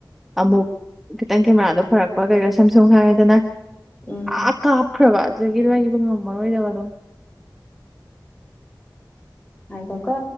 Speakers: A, in the centre; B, on the left.
A: ꯑꯃꯨꯛ ꯈꯤꯇꯪ ꯀꯦꯃꯦꯔꯥꯗꯣ ꯐꯔꯛꯄ ꯀꯩꯀꯥ ꯁꯦꯝꯝꯁꯨꯡ ꯍꯥꯏꯔꯗꯅ
B: ꯎꯝ
A: ꯑ ꯀꯥꯞꯈ꯭ꯔꯕ ꯖꯒꯤ ꯋꯥꯒꯤꯕ ꯉꯝꯃꯔꯣꯏꯗꯕ ꯑꯗꯨꯝ
B: ꯍꯥꯏ ꯀꯣꯀ